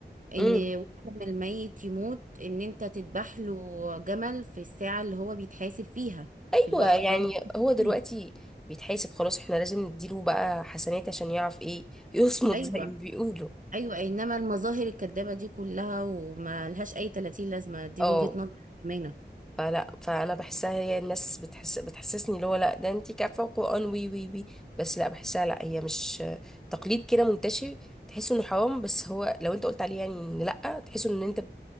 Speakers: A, on the right; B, in the centre.
A: ان
B: امم
A: وقت ما الميت يموت ان انت تذبح له جمل في الساعة اللي هو بيتحاسب فيها
B: ايوه
A: في الوقت
B: يعني
A: اللي هو بيتحاسب
B: هو دلوقتي
A: فيه
B: بيتحاسب خلاص احنا لازم نديله بقى حسنات عشان يعرف ايه يصمد
A: ايوه
B: <laughs> زي ما بيقولوا
A: ايوه انما المظاهر الكدابة دي كلها وما لهاش اي 30 لازمة دي
B: اه
A: وجهة نظر الامانة
B: فلا فانا بحسها هي الناس بتحس بتحسسني اللي هو لا ده انت كافه وقران وي وي وي بس لا بحسها لا هي مش تقليد كده منتشر تحس انه حرام بس هو لو انت قلت عليه يعني ان لا تحس ان انت